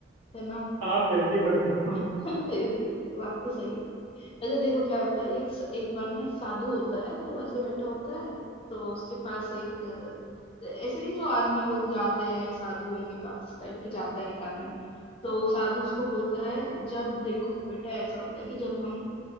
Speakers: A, on the left; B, on the right.
A: है ना
B: आप फिर भी मतलब
A: <laughs> हाँ, फिर भी बात तो सही है अच्छा देखो क्या होता है एक एक बार ना एक साधु होता है तो वैसे बैठा होता है तो उसके पास एक अ, ऐसे नहीं जो आदमी लोग जाते हैं साधुओं के पास इस टाइप के जाता है एक आदमी तो साधु उसको बोलता है जब देखो बेटा ऐसा होता है कि जब हम